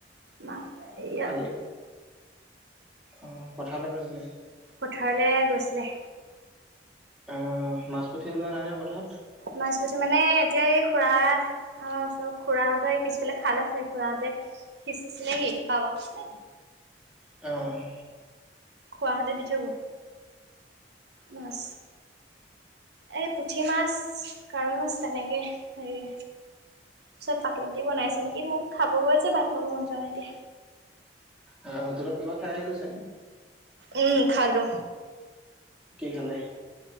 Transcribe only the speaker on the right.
মা বাহিৰত।
পথাৰলে গৈছিলে।
মাছ পুঠি মানে এতিয়া এই খুৰা- আমা ওচৰ খুৰাহঁতৰ এই পিছফালে খাল আছে খুৰাহঁতে সিচিচিলেহি বাবও গৈছিলে নি
খুৰাহঁতে দি থৈ গ'ল। মাছ। এই পুঠি মাছ কাৱৈ মাছ তেনেকে হেৰি পিছত পাতত দি বনাইছে নেকি মোক খাব কৈ আছে ভাত খাব মন যোৱা নাই এতিয়া।
উম খালো।